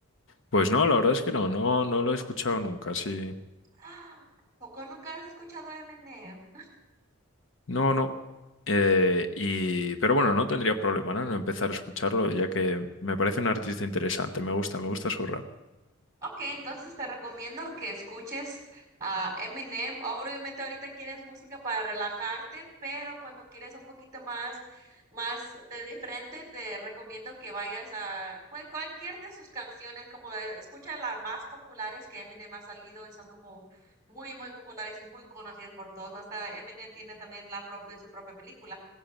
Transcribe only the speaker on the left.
Pues no, la verdad es que no, no, no lo he escuchado nunca, sí.
No, no. Eh, y, pero bueno, no tendría problema, ¿no? en empezar a escucharlo, ya que me parece un artista interesante. Me gusta, me gusta su rap.